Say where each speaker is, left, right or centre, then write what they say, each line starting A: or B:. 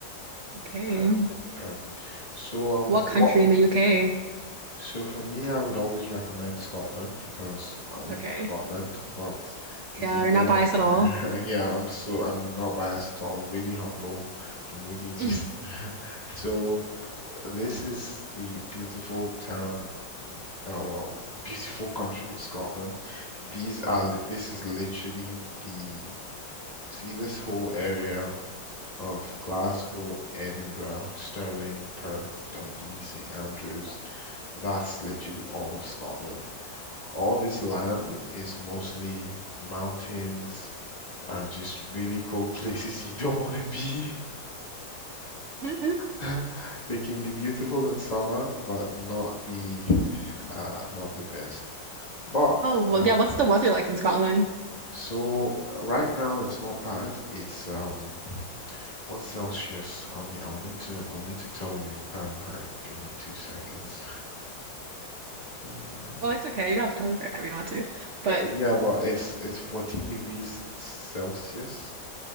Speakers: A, on the right; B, on the left.
A: Okay.
B: Perfect, perfect. So um
A: What
B: what
A: country in the UK?
B: so for me I would always recommend Scotland because I live
A: Okay.
B: in Scotland, but you
A: Yeah,
B: can
A: you're
B: go
A: not
B: anywhere.
A: biased at all.
B: <laughs> Yeah, I'm so I'm not biased at all. I'm really humble. I'm really just
A: Mm-hmm.
B: <laughs> so this is the beautiful town uh, well, <laughs> the beautiful country of Scotland. These are li- this is literally the see this whole area of Glasgow, Edinburgh, Stirling, Perth, Dundee, St Andrews. That's literally all of Scotland. All this land is mostly mountains and just really cold <laughs> places you don't want to be.
A: hmm
B: <laughs> They can be beautiful in summer, but not the uh, not the best. But
A: Oh, well,
B: um,
A: yeah, what's the weather like in Scotland?
B: so uh, right now it's not bad. It's um What's Celsius? I need, I'll need to, I'll need to tell you in Fahrenheit. Give me two seconds. Uh,
A: Oh, it's okay. You don't have to tell me for if you don't want to. But
B: yeah, well, it's it's 14 degrees Celsius.